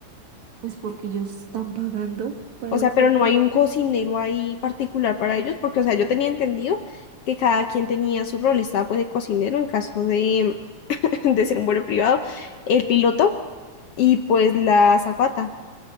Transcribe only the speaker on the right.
pues porque ellos están pagando para
el
servicio.